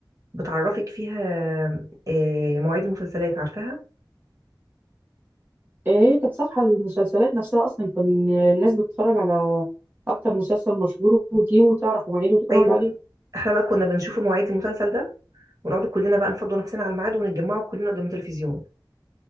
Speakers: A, on the right; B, on the right.
A: بتعرفك فيها آه، مواعيد المسلسلات عارفاها
B: هي كانت صفحة المسلسلات نفسها أصلا كان الناس بتتفرج على أكتر مسلسل مشهور وتجيبه وتعرف مواعيده وتتعود
A: ايوه
B: عليه
A: احنا بقى كنا بنشوف مواعيد المسلسل ده ونقعد كلنا بقى نفضوا نفسنا على الميعاد ونتجمعوا كلنا قدام التلفزيون